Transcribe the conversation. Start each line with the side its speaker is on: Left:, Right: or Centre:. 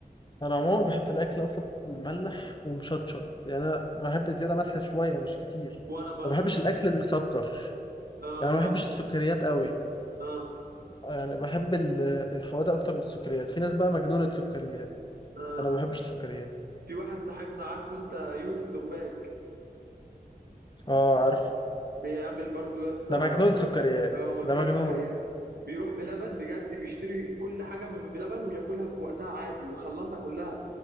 Left: انا عموما بحب الاكل اصلا مملح ومشطشط يعني انا بحب زياده ملح شويه مش كتير
Right: وانا برضو
Left: ما بحبش الاكل المسكر
Right: اه
Left: يعني ما
Right: فاهم
Left: بحبش السكريات قوي
Right: اه
Left: يعني بحب ال- الحوادق اكتر من السكريات في ناس بقى مجنونه سكريات
Right: اه
Left: انا ما بحبش السكريات
Right: في واحد صاحبنا عارفه انت يوسف دغباك
Left: اه عارف
Right: بيعمل برضو يا اسطى
Left: ده مجنون سكريات
Right: اه مجنون
Left: ده مجنون
Right: سكريات بيروح بلبن بجد بيشتري كل حاجه من بلبن وياكلها في وقتها عادي ويخلصها كلها